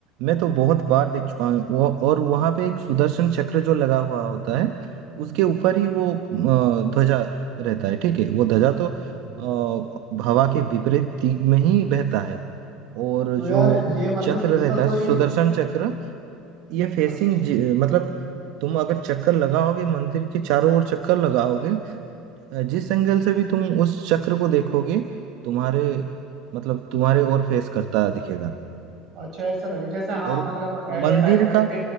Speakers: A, on the right (about 70°); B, on the right (about 55°).
A: मैं तो बहुत बार देख चुका हूँ वो- और वहां पे एक सुदर्शन चक्र जो लगा हुआ होता है उसके ऊपर ही वो अ, ध्वजा रहता है ठीक है वो ध्वजा तो अ, हवा के विपरीत दिग में ही बहता है और
B: तो यार
A: जो
B: ये मतलब
A: चक्र रहता
B: इसका
A: है
B: कोई
A: सुदर्शन चक्र ये फेसिंग
B: अच्छा
A: मतलब तुम अगर चक्कर लगाओगे मंदिर के चारों ओर चक्कर लगाओगे अ, जिस एंगल से भी तुम उस चक्र को देखोगे तुम्हारे मतलब तुम्हारे ओर फेस करता दिखेगा
B: अच्छा ऐसा लगे जैसे हाँ
A: और
B: मतलब एडवर्टाइजमेंट
A: मंदिर का
B: के